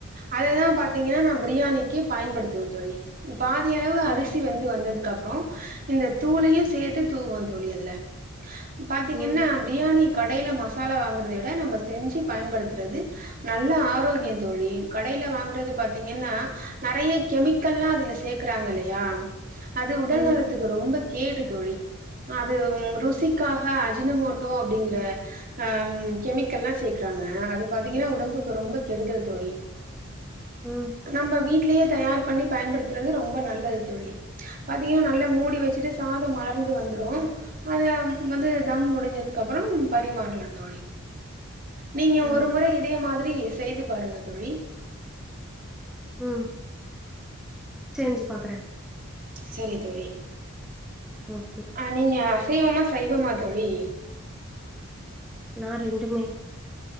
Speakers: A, on the right; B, in the centre.
A: அததா பாத்தீங்கன்னா நா பிரியாணிக்கு பயன்படுத்துவ தோழி பாதி அளவு
B: ம்,
A: அரிசி வெந்து வந்ததுக்கு அப்ற இந்த தூளையு சேத்து தூவ்வ தோழி அதுல பாத்தீங்கன்னா
B: ம்,
A: பிரியாணி கடைல மசாலா வாங்குறது விட நம்ம செஞ்சு பயன்படுத்துறது நல்ல ஆரோக்கியம் தோழி கடையில வாங்கறது பாத்தீங்கன்னா நெறைய கெமிக்கல்லா அதுல சேர்கக்குறாங்கல்லையா அது உடல்
B: ம்,
A: நலத்துக் ரொம்ப கேடு தோழி அது ம் ருசிக்காக அஜினமோட்டோ அப்டிங்கற ஹா ம் கெமிக்கல்லா சேக்கறாங்க அது பாத்தீங்கனா உடம்புக்கு ரொம்ப கெடுதல் தோழி
B: ம்,
A: நம்ம வீட்லயே தயார் பண்ணி பயன்படுத்துறது ரொம்ப நல்லது தோழி பாத்தீங்கன்னா நல்லா மூடி வச்சுட்டு சாதம் மலர்ந்து வந்துரு அத வந்து தம் முடிஞ்சதுக்கு அப்புறம் பரிமாறலா தோழி நீங்க
B: ம்,
A: ஒரு முற இதே மாதிரி செய்து பாருங்க தோழி
B: உம் செஞ்பாக்கறே
A: சரி தோழி
B: ஓகே
A: ஆ நீங்க அசைவமா சைவமா தோழி
B: நா ரெண்டுமே